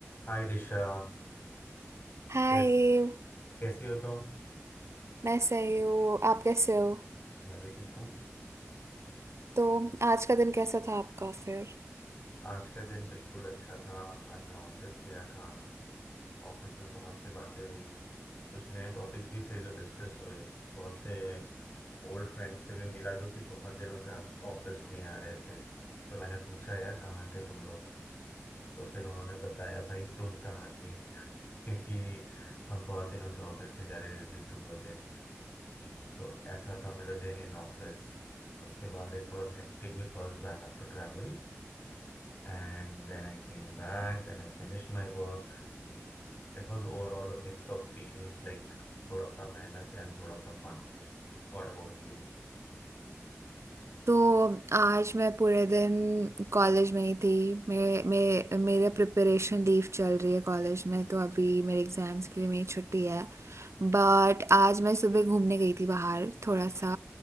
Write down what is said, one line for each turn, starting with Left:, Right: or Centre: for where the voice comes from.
Left: हाय दिशा
Right: हाय
Left: कैस कैसी हो तुम
Right: मैं सही हूँ आप कैसे हो
Left: मैं भी ठीक हूँ
Right: तो आज का दिन कैसा था आपका फिर
Left: आज का दिन बिल्कुल अच्छा था आज मैं ऑफिस गया था ऑफिस में बहुत सी बातें हुई कुछ नए टॉपिक्स भी थे जो डिस्कस हुए बहुत से ओल्ड फ्रेंड से भी मिला जो कि बहुत दिनों से ऑफ- ऑफिस नहीं आ रहे थे तो मैंने पूछा यार कहाँ थे तुम लोग तो फिर उन्होंने बताया भाई तुम कहाँ थे <laughs> क्योंकि हम बहुत दिनों से ऑफिस नहीं जा रहे ड्यू टू प्रोजेक्ट। तो ऐसा था मेरा दिन इन ऑफिस उसके बाद it was hectic because I have to travel and then I came back then I finish my work It was overall a mix of feelings like थोड़ा सा मेहनत एंड थोड़ा सा फन What about you
Right: तो आज मैं पूरे दिन कॉलेज में ही थी मेरे मेरे मेरा प्रिपरेशन लीव चल रही है कॉलेज में तो अभी मेरे एग्जाम्स के लिए मेरी छुट्टी है बट आज मैं सुबह घूमने गई थी बाहर थोड़ा सा